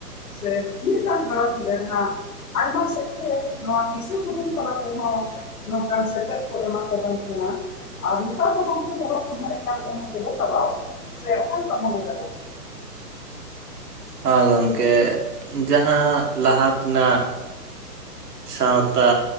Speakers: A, on the left; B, on the right.
A: ᱥᱮ ᱢᱤᱫᱴᱟᱝ ᱜᱷᱟᱨᱚᱸᱡᱽ ᱨᱮ ᱨᱮᱱᱟᱜ, ᱟᱭᱢᱟ ᱥᱮᱫ ᱛᱮ ᱱᱚᱣᱟ ᱵᱤᱥᱟᱹ ᱠᱩᱫᱩᱢ ᱛᱟᱞᱟ ᱛᱮ ᱦᱚᱸᱼᱼ ᱱᱚᱝᱠᱟᱱ ᱥᱮᱪᱮᱫ ᱠᱚ ᱮᱢᱟ ᱠᱚ ᱠᱟᱱ ᱛᱟᱦᱮᱸᱱᱟ᱾ ᱟᱨ ᱱᱮᱛᱟᱨ ᱫᱚ ᱜᱚᱝᱠᱮ ᱧᱮᱞᱚᱜ ᱛᱟᱸᱦᱮᱫ ᱮᱠᱟᱞ ᱮᱢᱚᱜ ᱛᱮᱜᱮ ᱪᱟᱵᱟᱣ ᱠᱟᱱᱟ ᱥᱮ ᱚᱠᱟ ᱞᱮᱠᱟᱢ ᱢᱚᱱᱮᱭᱮᱫᱟ <unintelligible>
B: ᱦᱮᱸ ᱜᱚᱢᱠᱮ ᱡᱟᱦᱟᱸ ᱞᱟᱦᱟ ᱛᱮᱱᱟᱜᱼᱼ ᱥᱟᱶᱛᱟ